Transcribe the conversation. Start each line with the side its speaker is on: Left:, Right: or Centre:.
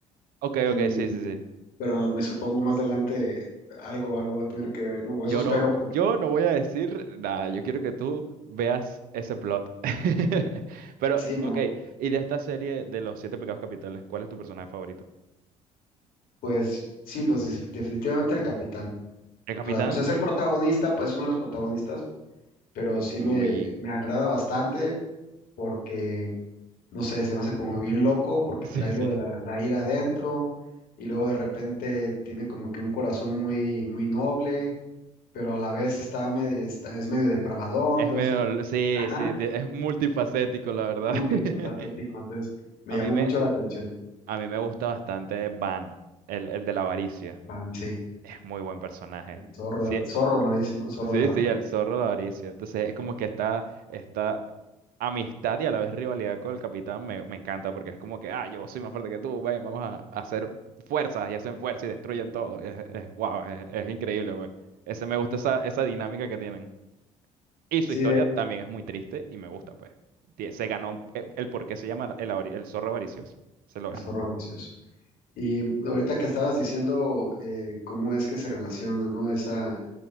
Right: Ok,
Left: y,
Right: ok, sí, sí, sí.
Left: pero me supongo más adelante algo, algo va a tener que ver, ¿no? O
Right: Yo
Left: eso espero
Right: no,
Left: porque
Right: yo no voy a decir nada. Yo quiero que tú veas ese plot. <laughs> Pero,
Left: sí, ¿no?
Right: ok, y de esta serie de los siete pecados capitales, ¿cuál es tu personaje favorito?
Left: Pues sí, pues es- definitivamente el capitán.
Right: ¿El capitán?
Left: O sea, pues es el protagonista, pues uno de los protagonistas, pero
Right: Uy.
Left: sí me, me
Right: <laughs>
Left: agrada bastante porque no sé, se me hace como bien loco porque
Right: Sí,
Left: trae
Right: sí.
Left: lo de la, la ira adentro y luego de repente tiene como que un corazón muy, muy noble, pero a la vez está medio, está- es medio depravadón,
Right: Es
Left: entonces,
Right: medio, sí,
Left: ajá,
Right: sí, ti- es multifacético, la verdad.
Left: es multifacético,
Right: <laughs>
Left: entonces me
Right: A
Left: llamó
Right: mí me,
Left: mucho la atención.
Right: a mí me gusta bastante Van, el, el de la avaricia.
Left: Van, sí,
Right: Es muy buen personaje.
Left: el zorro,
Right: Sí,
Left: del, zorro, no dices, ¿no? Zorro
Right: sí,
Left: de la varita.
Right: sí, el zorro de la avaricia. Entonces es como que está, está amistad y a la vez rivalidad con el capitán me, me encanta porque es como que, ah, yo soy más fuerte que tú, ven, vamos a, a hacer fuerzas y hacen fuerza y destruyen todo. Es, es wow, es, es increíble, pues. Ese, me gusta esa, esa dinámica que tienen. Y su
Left: Sí,
Right: historia
Left: de,
Right: también es muy triste y me gusta, pues. Tie- Se ganó eh, el, por qué se llama el, avari- el zorro avaricioso. Se lo
Left: el
Right: ganó.
Left: zorro vicioso. Y ahorita que estabas diciendo eh, cómo es que se relaciona, ¿no? Esa